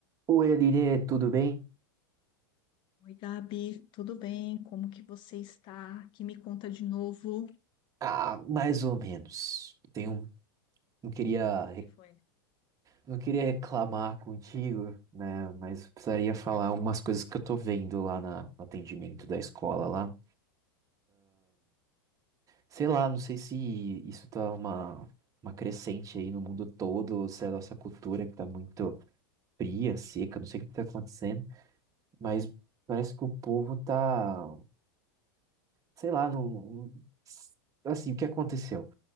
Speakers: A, on the right; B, on the left.
A: Oi, Aline, tudo bem?
B: Oi, Gabi, tudo bem? Como que você está? Que me conta de novo.
A: Ah, mais ou menos. Tenho, não queria,
B: O que
A: re-
B: que foi?
A: não queria reclamar contigo, né? Mas precisaria falar umas coisas que eu tô vendo lá na, no atendimento da escola lá. Sei lá, não sei se isso tá uma, uma crescente aí no mundo todo, ou se é a nossa cultura que tá muito fria, seca, não sei o que tá acontecendo, mas parece que o povo tá, sei lá, não, não- assim, o que aconteceu?